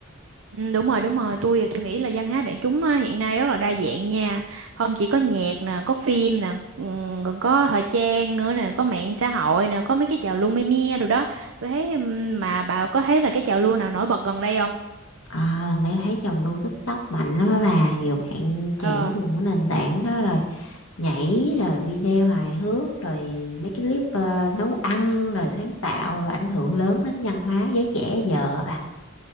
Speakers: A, on the right; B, on the left.
A: Ừ, đúng rồi đúng rồi tôi tôi nghĩ là văn hóa đại chúng á, hiện nay rất là đa dạng nha không chỉ có nhạc nè có phim nè ừm, còn có thời trang nữa nè có mạng xã hội nè có mấy cái trào lưu me me rồi đó tôi thấy ừm, mà bà có thấy là cái trào lưu nào nổi bật gần đây không
B: À, lần đấy thấy trào lưu TikTok mạnh lắm á bà nhiều bạn trẻ
A: Ờ.
B: dùng cái nền tảng đó rồi nhảy rồi video hài hước rồi mấy cái clip ờ, nấu ăn rồi sáng tạo rồi ảnh hưởng lớn đến văn hóa giới trẻ giờ á bà